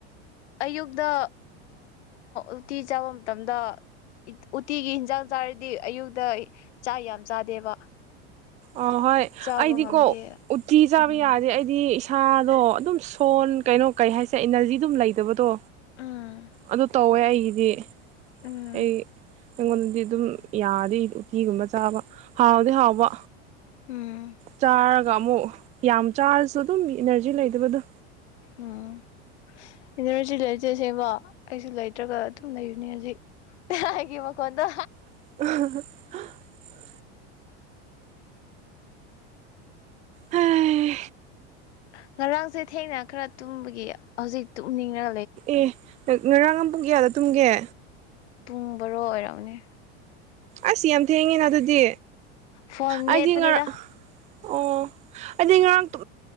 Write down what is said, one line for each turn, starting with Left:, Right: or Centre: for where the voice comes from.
Left: ꯑꯌꯨꯛꯇ ꯎꯇꯤ ꯆꯥꯕ ꯃꯇꯝꯗ ꯎꯇꯤꯒꯤ ꯑꯦꯟꯖꯥꯡ ꯆꯥꯔꯗꯤ ꯑꯌꯨꯛꯇ ꯆꯥꯛ ꯌꯥꯝ ꯆꯥꯗꯦꯕ
Right: ꯑ ꯍꯣꯏ
Left: ꯆꯥꯕ
Right: ꯑꯩꯗꯤꯀꯣ
Left: ꯉꯝꯗꯦ
Right: ꯎꯇꯤ ꯆꯥꯕ
Left: ꯎꯝ
Right: ꯌꯥꯗꯦ ꯑꯩꯗꯤ ꯁꯥꯗꯣ ꯑꯗꯨꯝ ꯁꯣꯟ ꯀꯩꯅꯣ ꯀꯩ ꯍꯥꯏꯁꯦ ꯏꯅ꯭ꯔꯖꯤ ꯑꯗꯨꯝ ꯂꯩꯇꯕꯗꯣ
Left: ꯎꯝ
Right: ꯑꯗꯨ ꯇꯧꯋꯦ ꯑꯩꯒꯤꯗꯤ
Left: ꯎꯝ
Right: ꯑꯩ ꯑꯩꯉꯣꯟꯗꯗꯤ ꯑꯗꯨꯝ ꯌꯥꯗꯤ ꯎꯇꯤꯒꯨꯝꯕ ꯆꯥꯕ ꯍꯥꯎꯗꯤ ꯍꯥꯎꯕ
Left: ꯎꯝ
Right: ꯆꯥꯔꯒ ꯑꯃꯨꯛ ꯌꯥꯝ ꯆꯥꯔꯁꯨ ꯑꯗꯨꯝ ꯏꯅ꯭ꯔꯖꯤ ꯂꯩꯇꯕꯗꯣ
Left: ꯎꯝ ꯏꯅꯔꯖꯤ ꯂꯩꯇꯦ ꯁꯦꯕ ꯑꯩꯁꯨ ꯂꯩꯇ꯭ꯔꯒ ꯑꯗꯨꯝ ꯂꯩꯕꯅꯦ ꯍꯖꯤꯛ ꯑꯩꯒꯤ ꯃꯈꯣꯟꯗꯣ
Right: <unintelligible> ꯍꯩ
Left: ꯉꯔꯥꯡꯁꯦ ꯊꯦꯡꯅ ꯈꯔ ꯇꯨꯝꯕꯒꯤ ꯍꯧꯖꯤꯛ ꯇꯨꯝꯅꯤꯡꯔ
Right: ꯑꯦ ꯉꯔꯥꯡ ꯄꯨꯡ ꯀꯌꯥꯗ ꯇꯨꯝꯒꯦ
Left: ꯄꯨꯡ ꯕꯔꯣ ꯑꯣꯏꯔꯝꯒꯅꯤ
Right: ꯑꯁ ꯌꯥꯝ ꯊꯦꯡꯉꯦꯅ ꯑꯗꯨꯗꯤ
Left: ꯐꯣꯟ
Right: ꯑꯩꯗꯤ
Left: ꯃꯦꯠꯄꯅꯤꯗ
Right: ꯉꯔꯥ ꯑꯣ ꯍꯥꯏꯗꯤ ꯉꯔꯥꯡ ꯇꯨ